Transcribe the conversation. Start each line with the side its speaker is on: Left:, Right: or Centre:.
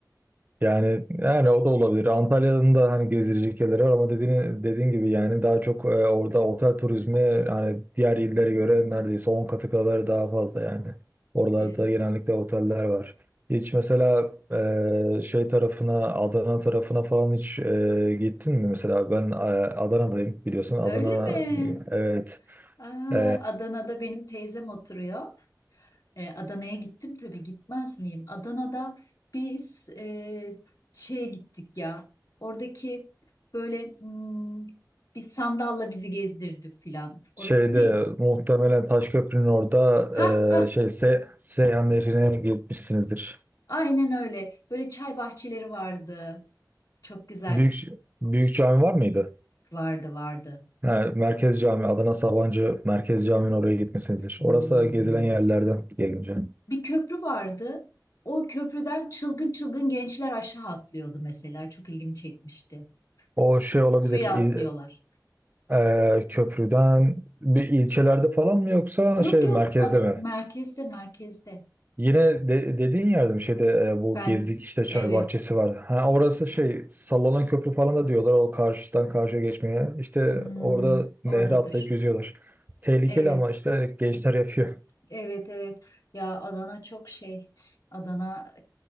Right: Yani yani o da olabilir. Antalya'nın da hani gezilecek yerleri var ama dediğin dediğin gibi yani daha çok e, orada otel turizmi hani diğer illere göre neredeyse 10 katı kadar daha fazla yani. Oralarda
Left: E,
Right: genellikle oteller var. Hiç mesela e, şey tarafına Adana tarafına falan hiç e, gittin mi? Mesela ben e, Adana'dayım biliyorsun. Adana
Left: öyle mi?
Right: evet.
Left: Aa,
Right: E,
Left: Adana'da benim teyzem oturuyor. E, Adana'ya gittim tabii gitmez miyim? Adana'da biz e, şeye gittik ya. Oradaki böyle hmm, bir sandalla bizi gezdirdi filan.
Right: Şeyde
Left: Orası neydi?
Right: muhtemelen Taşköprü'nün orada
Left: Ha ha
Right: e, şey Se Seyhan Nehri'ne gitmişsinizdir.
Left: aynen öyle. Böyle çay bahçeleri vardı. Çok güzel
Right: Büyük büyük cami var mıydı?
Left: vardı vardı.
Right: Ha, Merkez Cami, Adana Sabancı Merkez Cami'nin oraya gitmişsinizdir.
Left: Hmm.
Right: Orası gezilen yerlerden gelince.
Left: Bir köprü vardı. O köprüden çılgın çılgın gençler aşağı atlıyordu mesela. Çok ilgimi çekmişti.
Right: O şey olabilir,
Left: Suya atlıyorlar.
Right: il, e, köprüden bir ilçelerde falan mı yoksa
Left: Yok
Right: şey
Left: yok
Right: merkezde
Left: ada
Right: mi?
Left: merkezde merkezde.
Right: Yine de, dediğin yerde mi şeyde e, bu
Left: Ben
Right: gezdik işte çay
Left: evet
Right: bahçesi var. Ha, orası şey sallanan köprü falan da diyorlar o karşıdan karşıya geçmeye. İşte
Left: Hmm,
Right: orada
Left: oradadır.
Right: nehre atlayıp yüzüyorlar. Tehlikeli
Left: Evet
Right: ama işte gençler yapıyor.
Left: evet evet ya Adana çok şey Adana